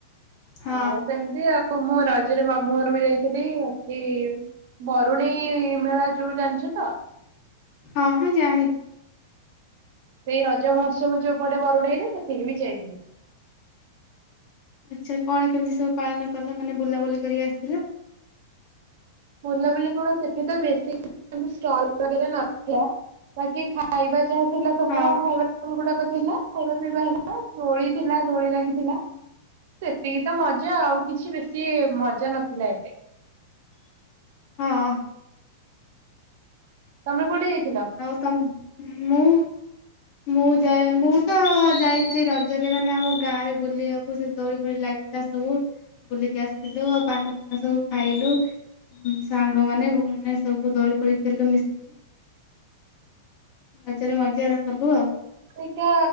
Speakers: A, on the left; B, on the right.
A: ହଁ
B: ଆ ସେମିତି ଆଉ। ହଁ ମୁଁ ରଜରେ ମାମୁଁ ଘରକୁ ଯାଇଥିଲି ବାକି ବରୁଣେଇ ମେଳା ଯୋଉ ଜାଣିଛ ତ?
A: ହଁ ହଁ ଜାଣିଛି।
B: ସେଇ ରଜ ମହୋତ୍ସବ ଯୋଉ ପଡେ ବରୁଣେଇରେ, ସେତିକି ବି ଯାଇଥିଲି।
A: ଆଚ୍ଛା କଣ କେମିତି ସବୁ ପାଳନ କଲ? ମାନେ ବୁଲାବୁଲି କରି ଆସିଲ?
B: ବୁଲାବୁଲି କଣ ସେଠି ତ ବେଶୀ ଷ୍ଟଲ ବଗେରା ନଥିଲା। ବାକି ଖାଇବା ଯା ଥିଲା ସବୁ
A: ହଁ
B: ଖାଇବା ଷ୍ଟଲ ଗୁଡାକ ଥିଲା। ଖାଇବା ପିଇବା ହେଲା। ଦୋଳି ଥିଲା ଦୋଳି ଲାଗିଥିଲା। ସେତିକି ତ ମଜା, ଆଉ କିଛି ବେଶୀ ମଜା ନଥିଲା ଏତେ।
A: ହଁ।
B: ତମେ କୁଆଡେ ଯାଇଥିଲ?
A: ଆଉ ତ ମୁଁ ମୁଁ ଯା ମୁଁ ତ ଯାଇଥିଲି ରଜରେ ମାନେ ଆମ ଗାଁ ରେ ବୁଲିବାକୁ, ସେ ଦୋଳି ଫୋଳି ଲାଗି ଥିଲା ସବୁ ବୁଲିକି ଆସିଲୁ ଆଉ ପାନ ଫାନ ସବୁ ଖାଇଲୁ। ହୁଁ ସାଙ୍ଗମାନେ, ଭଉଣୀ ମାନେ ସବୁ ଦୋଳି ଫୋଳି ଖେଳିଲୁ ମିଶି ରଜରେ ମଜା କଲୁ ଆଉ।
B: ଏଇକା